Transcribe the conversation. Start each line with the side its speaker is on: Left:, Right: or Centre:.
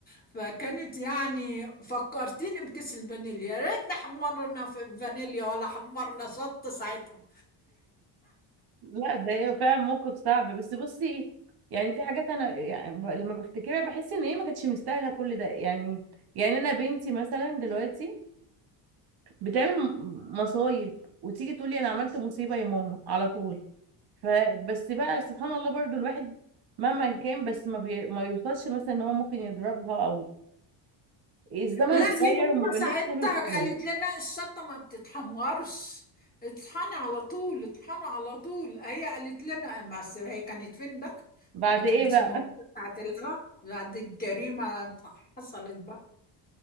Left: فكانت يعني فكرتيني بكيس الفانيليا يا ريتنا حمرنا في الفانيليا ولا حمرنا شط ساعتها
Right: لا ده هي فعلا موقف صعب بس بصي يعني في حاجات انا يعني ب- لما بفتكرها بحس ان هي ما كانتش مستاهله كل ده يعني يعني انا بنتي مثلا دلوقتي بتعمل م- مصايب وتيجي تقولي انا عملت مصيبه يا ماما على طول فبس بقى سبحان الله برضو الواحد مهما كان بس ما, بي... ما يوصلش مثلا ان هو ممكن يضربها او الزمن
Left: لا
Right: اتغير
Left: هي ماما
Right: وما بقيناش
Left: ساعتها
Right: نعمل كده
Left: قالت لنا الشطه ما بتتحمرش اطحني على طول اطحني على طول هي قالت لنا بس هي كانت فين بقى
Right: بعد
Left: ما كانتش
Right: ايه بقى
Left: موجوده ساعه الغد بعد الجريمه حصلت بقى